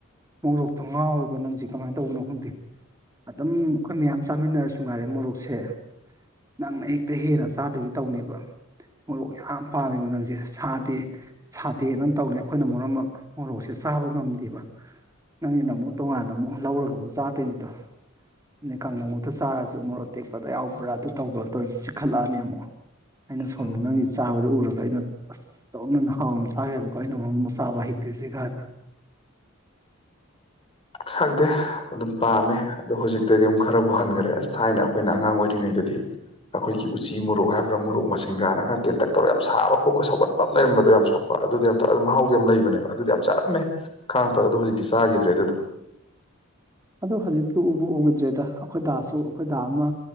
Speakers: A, on the right (about 15°); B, on the left (about 25°).
A: ꯎꯃꯣꯔꯣꯛꯇ ꯉꯥꯎꯋꯦꯕ ꯅꯪꯁꯦ ꯀꯃꯥꯏꯅ ꯇꯧꯕꯅꯣ ꯈꯪꯗꯦ ꯑꯗꯨꯝ ꯑꯩꯈꯣꯏ ꯃꯌꯥꯝ ꯆꯥꯃꯤꯟꯅꯔꯁꯨ ꯉꯥꯏꯔꯦ ꯃꯣꯔꯣꯛꯁꯦ ꯅꯪꯅ ꯍꯦꯛꯇ ꯍꯦꯟꯅ ꯆꯥꯗꯣꯏꯒꯤ ꯇꯧꯅꯦꯕ ꯃꯣꯔꯣꯛ ꯌꯥꯝ ꯄꯥꯝꯃꯦꯕ ꯅꯪꯁꯦ ꯁꯥꯗꯦ ꯁꯥꯗꯦꯅ ꯇꯧꯅꯤ ꯑꯩꯈꯣꯏꯅ ꯃꯔꯣꯝꯃ ꯃꯣꯔꯣꯛꯁꯦ ꯆꯥꯕ ꯉꯝꯗꯦꯕ ꯅꯪꯒꯤꯅ ꯑꯃꯨꯛ ꯇꯣꯉꯥꯟꯅ ꯑꯃꯨꯛ ꯂꯧꯔꯒ ꯑꯃꯨꯛ ꯆꯥꯗꯣꯏꯅꯤꯗꯣ ꯑꯗꯩ ꯀꯥꯡꯉꯧꯃꯥꯛꯇ ꯆꯥꯔꯁꯨ ꯃꯣꯔꯣꯛ ꯑꯇꯦꯛꯄꯗꯣ ꯌꯥꯎꯕ꯭ꯔꯥ ꯑꯗꯨ ꯇꯧꯕ꯭ꯔꯥ ꯇꯧꯔ ꯆꯤꯛꯈꯥꯠꯂꯥꯛꯑꯅꯤ ꯑꯃꯨꯛ ꯑꯩꯅ ꯁꯣꯝꯗ
B: ꯎꯝ
A: ꯅꯪꯒꯤ ꯆꯥꯕꯗꯣ ꯎꯔꯨꯔꯒ ꯑꯩꯅ ꯑꯁ ꯇꯣꯛꯅ ꯍꯥꯎꯅ ꯆꯥꯈ꯭ꯔꯦꯗꯀꯣ ꯑꯩꯅ ꯃꯔꯣꯝꯃ ꯆꯥꯕ ꯍꯩꯇ ꯇꯤꯁꯤꯒꯥꯟꯅ
B: ꯈꯪꯗꯦ ꯑꯗꯨꯝ ꯄꯥꯝꯃꯦ ꯑꯗꯣ ꯍꯧꯖꯤꯛꯇꯗꯤ ꯑꯃꯨꯛ ꯈꯔꯕꯨ ꯍꯥꯟꯒ꯭ꯔꯦ ꯑꯁ ꯊꯥꯏꯅ ꯑꯩꯈꯣꯏꯅ ꯑꯉꯥꯡ ꯑꯣꯏꯔꯤꯉꯩꯗꯗꯤ ꯑꯩꯈꯣꯏꯒꯤ ꯎꯆꯤ ꯃꯣꯔꯣꯛ ꯍꯥꯏꯕ꯭ꯔꯥ ꯃꯣꯔꯣꯛ ꯃꯁꯤꯡꯒꯥꯅ ꯇꯦꯟꯇꯛ ꯇꯧꯔ ꯌꯥꯝ ꯁꯥꯕ ꯄꯣꯛꯀ ꯁꯧꯒꯠ ꯄꯥꯞ ꯂꯩꯔꯝꯕꯗꯣ ꯌꯥꯝ ꯁꯣꯛꯄ ꯑꯗꯨꯗꯤ ꯑꯝꯇꯥ ꯑꯗꯣ ꯃꯍꯥꯎꯗꯤ ꯌꯥꯝ ꯂꯩꯕꯅꯦꯕ ꯑꯗꯨꯗꯤ ꯌꯥꯝ ꯆꯥꯔꯝꯃꯦ ꯈꯥꯡꯄ ꯑꯗꯣ ꯍꯧꯖꯤꯛꯇꯤ ꯆꯥꯒꯤꯗ꯭ꯔꯦ ꯑꯗꯨꯗꯣ
A: ꯑꯗꯣ ꯍꯧꯖꯤꯛꯇꯤ ꯎꯕ ꯎꯒꯤꯗ꯭ꯔꯦꯗ ꯑꯩꯈꯣꯏꯗꯥꯁꯨ ꯑꯩꯈꯣꯏꯗꯥ ꯑꯃ